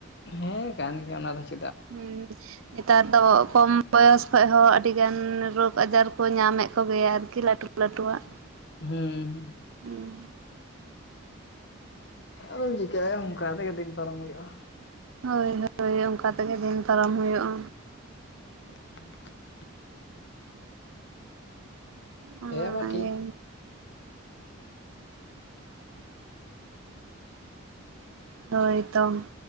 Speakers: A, on the left (about 55°); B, on the right (about 80°).
A: ᱦᱮᱸ ᱠᱟᱱ ᱜᱮᱭᱟ ᱚᱱᱟ ᱫᱚ ᱾
B: ᱦᱩᱸ ᱾ ᱱᱮᱛᱟᱨ ᱫᱚ ᱠᱚᱢ ᱵᱚᱭᱚᱥ ᱠᱷᱚᱡ ᱦᱚᱸ ᱟᱹᱰᱤ ᱜᱟᱱ ᱨᱳᱜᱽ ᱟᱡᱟᱨ ᱠᱚ ᱧᱟᱢᱮᱫ ᱠᱚᱜᱮᱭᱟ ᱟᱨᱠᱤ ᱞᱟᱹᱩ ᱞᱟᱹᱩ ᱞᱟᱹᱴᱩ ᱦᱟᱸᱜ
A: ᱦᱩᱸ
B: ᱾
A: ᱾
B: <unintelligible>
A: ᱟᱫᱚᱢ ᱪᱤᱠᱟᱭᱟ ᱚᱱᱠᱟ ᱛᱮᱜᱮ ᱫᱤᱱ ᱯᱟᱨᱚᱢ ᱦᱩᱭᱩᱜᱼᱟ᱾
B: ᱦᱳᱭ ᱦᱳᱭ ᱚᱱᱠᱟ ᱛᱮᱜᱮ ᱫᱤᱱ ᱯᱟᱨᱚᱢ ᱦᱩᱭᱩᱜᱼᱟ᱾
A: <unintelligible>
B: ᱚᱱᱟᱜᱮ
A: ᱦᱮᱸ ᱢᱟ ᱴᱷᱤᱠ ᱜᱮᱭᱟ ᱾
B: ᱦᱳᱭ ᱛᱚᱢ᱾